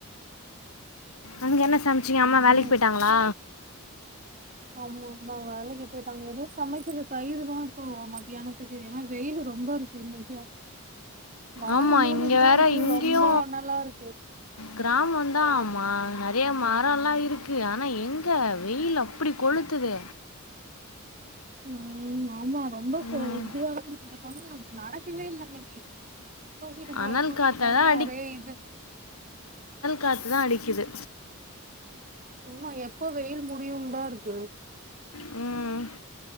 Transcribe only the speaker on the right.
ஏ
ஆமா அம்மா வேலைக்கு போய்ட்டாங்க எதூ சமைக்கல தயிருதா இப்போ மதியானத்துக்கு ஏனா வெயிலு ரொம்ப இரு இன்னைக்கு வானம்
மூடிட்டுதா
இருக்கு
ரொம்ப அனலா இருக்கு
ஆ
ம் ஆமா ரொம்ப கோ
இதுவாதா இருக்கு இதுகாகதா நடக்கவே இல்ல இன்னைக்கி தூக்கிட்டு போ
தூக்கிட்டு
போனு
ஒரே இது
ஆமா எப்போ வெயில் முடியு தா இருக்கு